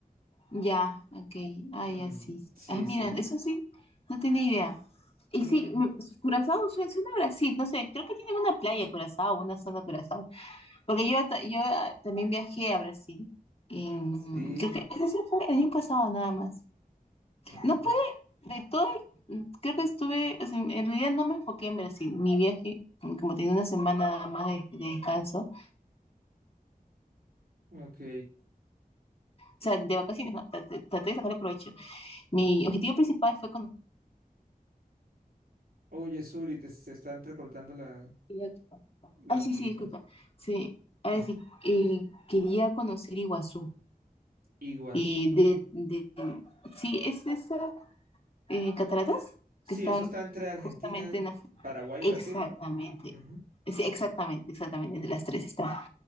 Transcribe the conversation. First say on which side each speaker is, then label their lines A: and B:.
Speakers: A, on the left; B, on the right.
A: Ya, ok. Ah,
B: Mm,
A: ya sí.
B: sí,
A: Ah, mira,
B: sí.
A: eso sí, no tenía idea. Y
B: Mm,
A: sí, me- Curazao suena, suena a Brasil, no sé, creo que tienen una playa Curazao, una zona Curazao. Porque yo, ta- yo ah, también viajé a Brasil. en-
B: sí.
A: creo que ese sí fue el año pasado nada más.
B: <clears throat>
A: No pude, de todo, el- creo que estuve, o sea, en en realidad no me enfoqué en Brasil. Mi viaje, mm, como tenía una semana nada más de, de descanso, o
B: Ok.
A: sea, de vacaciones, no, traté traté de sacarle provecho. Mi objetivo principal fue
B: Oye, Zuli, te- se está entrecortando la,
A: conocer
B: la
A: Ay,
B: comunicación.
A: sí, sí, disculpa. Sí, ahora
B: Ujú.
A: sí, eh, quería conocer Iguazú.
B: Iguas.
A: Eh, de, de, sí, es esas eh, cataratas
B: Sí,
A: que están
B: eso está entre Argentina,
A: justamente en la... fu-
B: Paraguay
A: Exactamente,
B: y Brasil, ¿no? Ujú.
A: sí, exactamente, exactamente, entre las tres está.